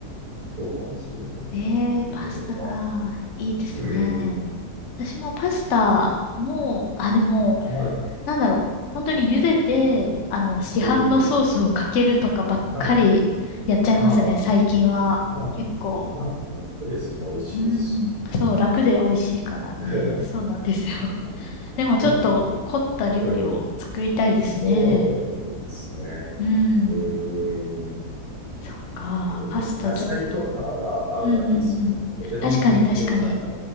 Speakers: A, on the right; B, on the left.
A: そうなんですよ。
B: ええーパスタか。
A: そういうのとか、
B: いいですね。
A: うん、
B: 私もパスタも、あ、でも、
A: はい、
B: なんだろう。本当に茹でて、あの、市販のソースをかけるとかばっかりやっちゃいますね、
A: うん、はい。ああ、
B: 最近は。
A: まあ、
B: 結構。
A: まあ、楽ですよね。美味しいですし。
B: うん。そう、楽で美味しいからね。
A: うん。<laughs>
B: そうなんですよ。
A: やっぱ、
B: <laughs> でもちょっと凝った料理を作りたいですね。
A: やっぱ、うん。そうですね。うーん。
B: うん。そっか。
A: こう、
B: パスタちょっと。
A: 野菜とかが合うからいいですよね。
B: うんうんうん。
A: ペペロンチーノ系もなんか、
B: 確かに確かに。